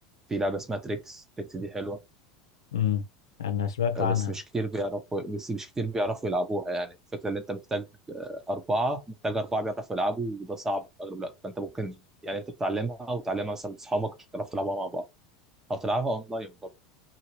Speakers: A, on the right (about 20°); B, on the left (about 80°).
A: في لعبه اسمها تريكس تريكس دي حلوه
B: امم انا سمعت
A: آه،
B: عنها
A: بس مش كتير بيعرفوا بس مش كتير بيعرفوا يلعبوها يعني الفكرة اللي انت محتاج آه، أربعة محتاج أربعة بيعرفوا يلعبوا وده صعب في أغلب الوقت فأنت ممكن يعني أنت بتعلمها وتعلمها مثلا لأصحابك عشان تعرفوا تلعبوها مع بعض أو تلعبها أونلاين برضه